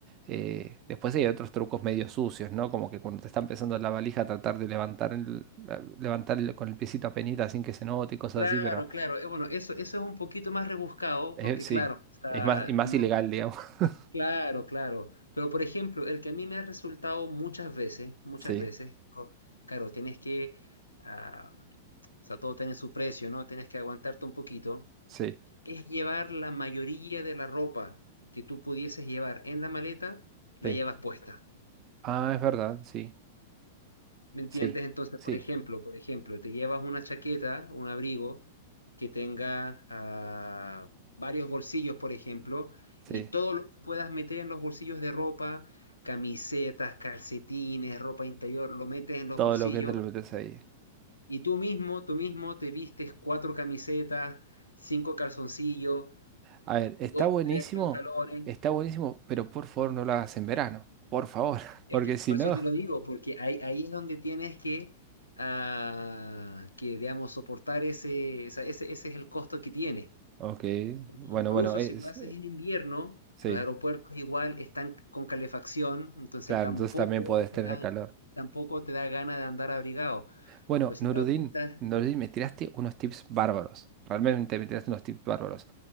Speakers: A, on the right (about 35°); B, on the left (about 80°).
A: Eh, después hay otros trucos medio sucios, ¿no? Como que cuando te está empezando la valija, tratar de levantar, el- la- levantar el- con el piecito a penita sin que se note y cosas
B: Claro,
A: así, pero
B: claro. Eh, bueno, eso, eso es un poquito más rebuscado,
A: eh,
B: porque
A: sí,
B: claro, o sea,
A: es más, y más
B: no,
A: ilegal, digamos. <laughs>
B: claro, claro. Pero por ejemplo, el que a mí me ha resultado muchas veces, muchas
A: Sí,
B: veces, co- claro, tienes que, ah, o sea, todo tiene su precio, ¿no? Tienes que aguantarte un poquito,
A: sí,
B: es llevar la mayoría de la ropa que tú pudieses llevar en la maleta, la
A: sí.
B: llevas puesta.
A: Ah, es verdad, sí,
B: ¿Me entiendes?
A: sí,
B: Entonces,
A: sí,
B: por ejemplo, por ejemplo, te llevas una chaqueta, un abrigo que tenga ah, varios bolsillos, por ejemplo,
A: sí.
B: y todo lo que puedas meter en los bolsillos de ropa, camisetas, calcetines, ropa interior, lo metes en los
A: Todo
B: bolsillos
A: lo que entra lo metes ahí.
B: y tú mismo, tú mismo te vistes cuatro camisetas, cinco calzoncillos,
A: A ver, está
B: dos,
A: buenísimo,
B: tres pantalones
A: está buenísimo, pero por favor no lo hagas en verano, por favor, <laughs>
B: Es
A: porque
B: que
A: si
B: por
A: no.
B: eso te lo digo, porque ahí, ahí es donde tienes que, ah, que digamos, soportar ese, o sea, ese, ese es el costo que tiene.
A: Ok,
B: Porque
A: bueno,
B: incluso
A: bueno, es,
B: si lo haces en invierno,
A: sí,
B: los aeropuertos igual están con calefacción, entonces
A: claro,
B: tampoco
A: entonces también podés tener
B: te dan,
A: calor.
B: tampoco te da ganas de andar abrigado.
A: Bueno,
B: Pero si
A: Nuruddin,
B: te aguantas,
A: Nuruddin, me tiraste unos tips bárbaros. Realmente me tiraste unos tips bárbaros.